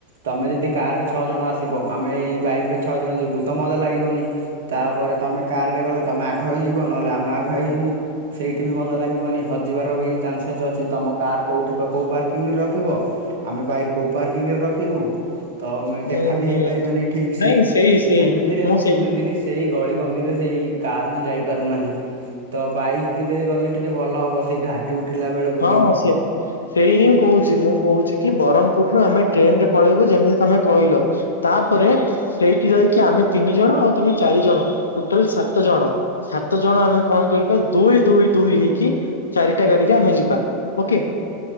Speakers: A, on the right; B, on the left.
A: ତମେ ଯଦି କାର୍ ରେ ଛଅ ଜଣ ଆସିବ ଆମେ ଏଇ ବାଇକ୍ ରେ ଛଅ ଜଣ ଯିବୁ ତ ମଜା ଲାଗିବନି। ତାପରେ ତମେ କାର ରେ ଗଲେ ତମେ ଆଘ ହେଇଯିବ ନହେଲେ ଆମେ ଆଘ ହେଇଯିବୁ। ସେଇଠି ବି ମଜା ଲାଗିବନି ହଜିବାର ବି ଚାନ୍ସେସ୍ ଅଛି ତମ କାର କୋଉଠେ ପ କୋଉ ପାର୍କିଂରେ ରଖିବ। ଆମେ ବାଇକ୍ କୋଉ ପାର୍କିଂରେ ରଖିବୁ। ତ ମେ
B: ହୁଁ
A: ଦେଖା ବି
B: ହୁଁ
A: ହେଇପାରିବାନି ଠିକ୍
B: ନାଇଁ
A: ସେ
B: ସେଇ ସେଇ
A: ସେମିତିରେ ମୁଁ
B: ସେଇ
A: ଶୁଣିଥିଲି ସେଇ ଗଳି କନ୍ଦିରେ ସେଇ କାର୍ ବି ଯାଇ ପାରୁନାହିଁ। ତ ବାଇକ ରେ ଗଲେ ଟିକେ ଭଲ ହବ ସେଇ ଘାଟ ଟି ଉଠିଲା ବେଳକୁ
B: ହଁ
A: ବି।
B: ସିଏ ସେଇ ହିଁ କହୁଛି ମୁଁ କହୁଛି କି ବରହ୍ମପୁରୁ ର ଆମେ ଟ୍ରେନ ରେ ପଳେଇବୁ ଯେମିତି ତମେ କହିଲ। ତାପରେ ସେଇଠି ଯାଇକି ଆମେ ତିନି ଜଣ ଆଉ ତମେ ଚାରି ଜଣ ଟୋଟାଲ ସାତ୍ ସାତ ଜଣ ସାତ ଜଣ ଆମେ କଣ କରିବା ଦୁଇ ଦୁଇ ଦୁଇ ହେଇକି ଚାରିଟା ଗାଡିରେ ଆମେ ଯି ବା ଓକେ।